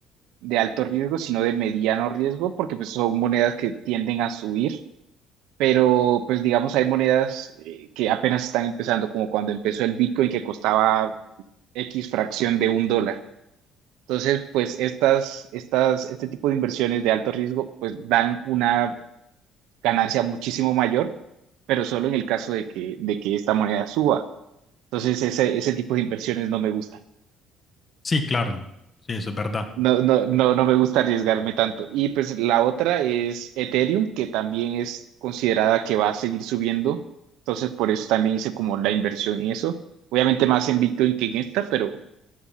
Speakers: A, on the right; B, on the left.
A: de alto riesgo, sino de mediano riesgo, porque pues son monedas que tienden a subir, pero pues digamos hay monedas eh, que apenas están empezando, como cuando empezó el Bitcoin que costaba X fracción de un dólar. Entonces, pues estas, estas, este tipo de inversiones de alto riesgo pues dan una ganancia muchísimo mayor, pero solo en el caso de que, de que esta moneda suba. Entonces, ese, ese tipo de inversiones no me gusta
B: Sí, claro, sí, eso es verdad.
A: No, no, no, no me gusta arriesgarme tanto. Y pues la otra es Ethereum, que también es considerada que va a seguir subiendo. Entonces, por eso también hice como la inversión en eso. Obviamente más en Bitcoin que en esta, pero